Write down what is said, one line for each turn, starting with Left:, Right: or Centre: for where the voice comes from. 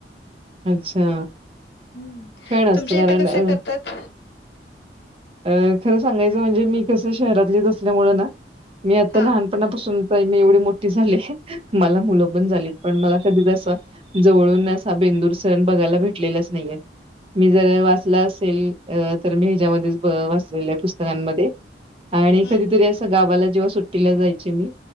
Right: अच्छा
Left: हम्म
Right: छान असतं
Left: तुमच्या
Right: कारण
Left: इथं कसे
Right: अ
Left: करतात
Right: अ खरं सांगायचं म्हणजे मी कसं शहरातलीच असल्यामुळं ना? मी आता
Left: हा
Right: लहानपणापासून बाई मी एवढी मोठी झाले, मला मुलं पण झाली पण मला कधीच अस बा जवळून असा बेंदूर सण बघायला भेटलेलाच नाहीयेय. मी जर वाचला असेल, तर मी हेच्यामध्येच वाचलेल हाय पुस्तकांमध्ये आणि
Left: हम्म
Right: कधीतरी असं गावाला जेव्हा सुट्टीला जायची मी